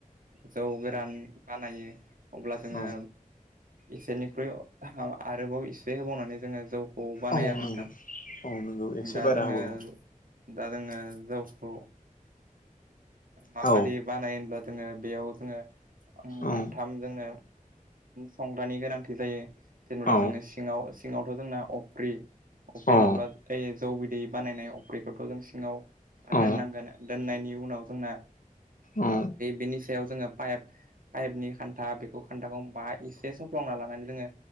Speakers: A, on the right; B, on the left.
A: जौ गोरान बानायो अब्ला जोङो
B: औ
A: इसेनिख्रुइ आरोबाव एसे होबावनानै जोङो जौखौ बानायो
B: औ
A: आरो
B: नंगौ
A: नोंथां
B: औ नंगौ एसे
A: दा
B: बारा
A: जोङो
B: होबावो
A: दा जोङो जावखौ माबादि
B: औ
A: बानाय होनब्लाा जोङो बेयाव जोङो
B: औ
A: मोनथाम जोंनो संग्रानि गोनांथि जायो जेनेबा
B: औ
A: जोङो सिङाव सिङाव ' जोंना अफ्रि अफ्रि
B: औ
A: नङाब्ला जौ बिदै बानायनाय अफ्रिखौथ' जों सिङाव
B: औ
A: दोननांगोन दोननायनि उनाव जोंना
B: औ
A: बिनि सायाव जोङो पाइप पाइपनि खान्था बेखौ खान्थाखौ बा एसे सफ्लावना लानानै जोङो